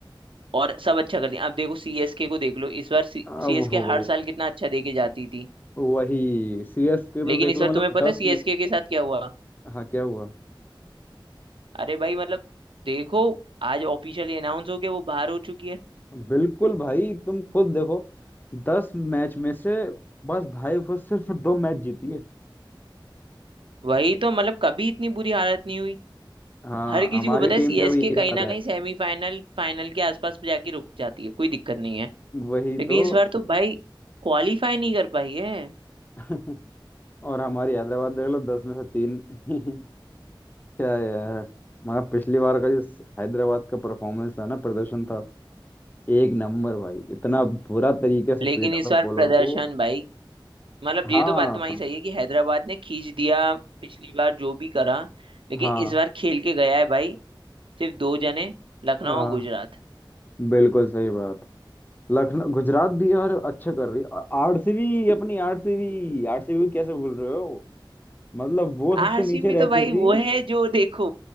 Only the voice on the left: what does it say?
अब हो
वही सीएस के तो
देख
लो
मतलब
दस
में से
हाँ क्या हुआ
बिल्कुल भाई तुम खुद देखो दस मैच में से बस भाई वो सिर्फ दो मैच जीती है
हाँ
हमारी
टीम
का भी यही
हाल
है
वही
तो
<laughs> और हमारी हैदराबाद देख लो दस में से तीन <laughs> क्या है यार मगर पिछली बार का जो हैदराबाद का परफॉर्मेंस था ना प्रदर्शन था एक नंबर भाई इतना बुरा तरीके से
पीटा
था बॉलर
को
हाँ
हाँ
हाँ
बिल्कुल सही बात लखनऊ गुजरात भी यार अच्छा कर रही आरसीबी अपनी आरसीबी आरसीबी कैसे बोल रहे हो मतलब वो सबसे
नीचे
रहती
थी